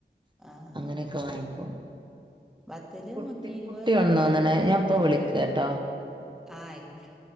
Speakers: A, in the centre; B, on the right (about 25°).
A: ആഹ്
B: അങ്ങനെയൊക്കെ
A: ആഹ്
B: വാങ്ങിക്കും
A: ബത്തല്
B: കുട്ടി
A: നൂറ്റി ഇരുപത്
B: കുട്ടിഉണന്ന്
A: നൂറ്റി നാല്പത്
B: തോന്നണ് ഞാൻ ഇപ്പ വിളിക്കട്ടോ
A: ആഹ് ആയിക്കോട്ടെ